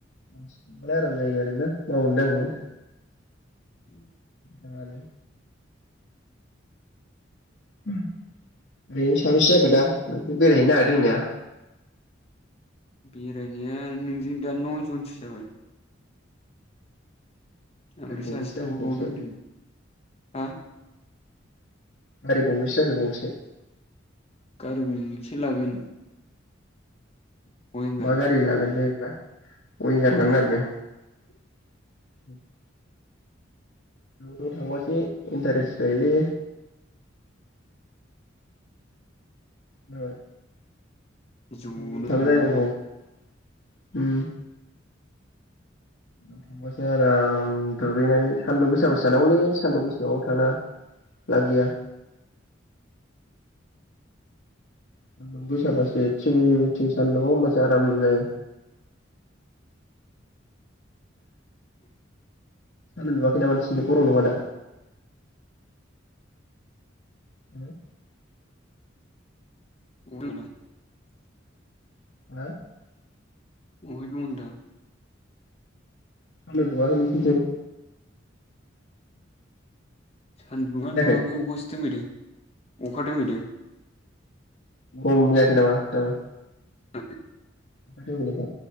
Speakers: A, on the left; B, on the left.
A: मानसि थाबालाय आराम जायो आरोैना मावनो दांनो।
B: उम
A: नानो उम बेजों सा बेसे जाखो दा नोंसोर बेरायहैनो नागिरदों होननाया?
B: बेरायनाया नोंजों दा नय जनसो जाबाय। ओमफ्राय
A: गारि गंबैसो
B: सासे थांफाबावनो
A: जाखो गंसे?
B: होनदों हा?
A: गारि गंबैसो जाखो गंसे
B: गारि गंसे लागोन। विंगार
A: मा गारि लागोन दै? एबा अयिंगार
B: विंगार
A: लांनो नागिरदों हुम ज' ज' थांबासो इन्टारेस्ट जायोलै। नाबाय
B: ज'नो
A: ज'ज'थांलाय
B: थांनांगौना
A: लायनांगौ। उम नोव थांबासो आराम दुगैनानै सानदुं गोसाबसो थांनांगौलै सानदुं गोसा नंङाबा थांनांङा लाब गैया सानदुं गोसाबासो थिं थिं सानदुंआव होमबासो आराम जायो। सान्दुं दुंङाखै नामा नोसिनि जों गरम नंङा दा? <unintelligible>
B: <unintelligible>
A: <unintelligible>
B: <unintelligible>
A: सानदुं दुङाखै नों सिनिथिं?
B: सानदुङा
A: जायाखै?
B: दुंवाखै अखासो दोमैदों। अखा दोमैदों।
A: गरम जायाखै नामा दाबो?
B: <unintelligible>
A: अखा दोमैनायखौ